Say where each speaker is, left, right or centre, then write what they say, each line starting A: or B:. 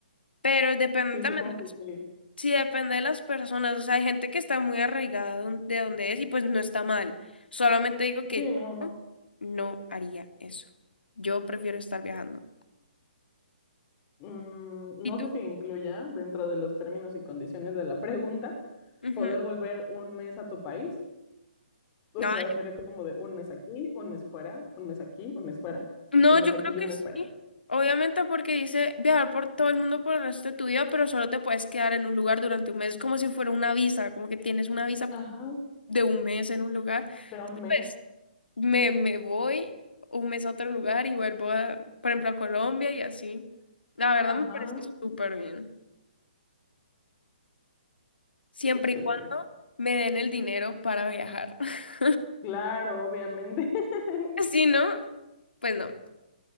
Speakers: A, on the left; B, on the left.
A: Pero depende
B: sí,
A: también,
B: supongo que sí.
A: sí, depende de las personas. O sea, hay gente que está muy arraigada don- de donde es y pues no está mal. Solamente digo que
B: Sí, no, no.
A: yo no haría eso. Yo prefiero estar viajando.
B: Mm, no
A: ¿Y tú?
B: sé si incluya dentro de los términos y condiciones de la pregunta
A: Ujú.
B: poder volver un mes a tu país. O
A: No,
B: sea, sería como de un mes aquí, un mes fuera, un mes aquí, un mes fuera,
A: No,
B: un
A: yo
B: mes aquí
A: creo
B: y
A: que
B: un mes
A: sí.
B: fuera.
A: Obviamente porque dice viajar por todo el mundo por el resto de tu vida, pero solo te puedes quedar en un lugar durante un mes, como si fuera una visa, como que tienes una visa
B: Ajá,
A: de un mes en un lugar.
B: de un mes.
A: Pues me, me voy un mes a otro lugar y vuelvo a, por ejemplo, a Colombia y así. La verdad
B: Ajá,
A: me parece súper bien. Siempre
B: excelente.
A: y cuando me den el dinero para viajar. <laughs>
B: Claro, obviamente. <laughs>
A: Si no, pues no.